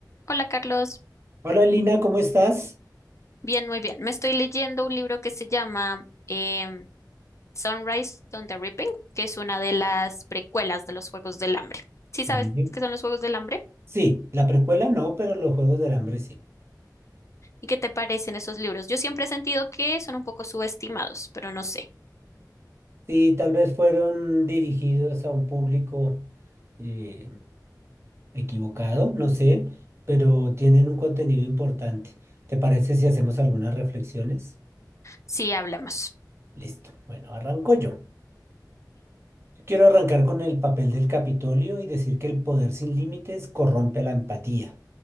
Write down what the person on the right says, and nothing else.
Hola Lina, ¿cómo estás?
Sí.
Sí, la precuela no, pero los Juegos del Hambre sí.
Sí, tal vez fueron dirigidos a un público eh, equivocado, no sé, pero tienen un contenido importante. ¿Te parece si hacemos algunas reflexiones?
Listo. Bueno, arranco yo. Quiero arrancar con el papel del Capitolio y decir que el poder sin límites corrompe la empatía.